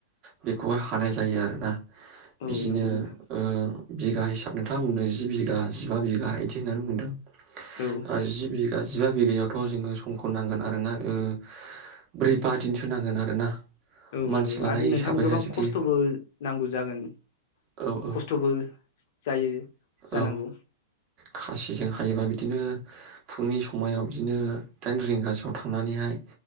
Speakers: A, on the right (about 40°); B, on the left (about 55°).
A: बेखौहाय हानाय जायो आरोना
B: औ
A: बिदिनो
B: नंगौ नोंथां
A: ओ बिगा हिसाब नोंथांङा बुंनो जि बिघा जिबा बिगा बिदि होननानै बुंदों
B: औ
A: ओ जि बिगा जिबा बिगायावथ' जोङो समखौ नांगोन आरोना ओं ब्रै बा दिनसो नांगोन आरोना।
B: औ
A: मानसि
B: नंगौ
A: लानाय
B: आरो नोंथां
A: हिसाबैहाय
B: गोबां
A: जुदि
B: खस्थ'बो नांगौ जागोन
A: औ औ
B: खस्थ'बो जायो। जानांगौ
A: औ खासिजों हा हायोबा बिदिनो फुंनि समायाव बिदिनो दाइन रिंगासोआव थांनानैहाय